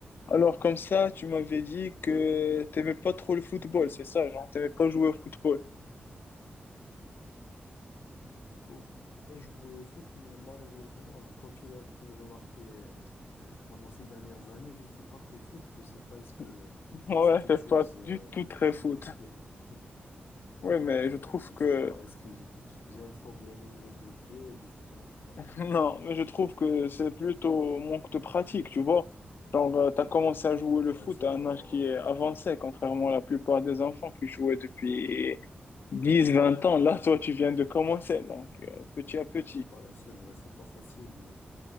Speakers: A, on the left (about 60°); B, on the left (about 80°).
A: Alors comme ça, tu m'avais dit que t'aimais pas trop le football, c'est ça, genre t'aimais pas jouer au football.
B: Bon. J'ai joué au foot, mais malheureusement, euh, comme tu l'as pu le remarquer euh, euh, pendant ces dernières années, je ne suis pas très foot. Je ne sais pas, est-ce que
A: <laughs> Ouais,
B: c'est quelque
A: t'es pas
B: chose euh,
A: du tout très
B: inné
A: foot.
B: chez... <laughs>
A: Ouais, mais
B: Ouais,
A: je trouve
B: je
A: que
B: sais pas, est-ce que j'ai quelque... cho- j'ai un problème au niveau de mes pieds? Je sais vraiment pas.
A: <laughs> non, mais je trouve que c'est plutôt manque de pratique, tu vois. Genre euh, t'as commencé à jouer le
B: Ouais,
A: foot
B: c'est
A: à
B: vrai,
A: un âge
B: on-
A: qui est avancé, contrairement à la plupart des enfants qui jouaient depuis 10, 20 ans. Là, toi, tu viens de commencer, donc euh, petit à petit.
B: ouais, c'est vrai, c'est pas facile.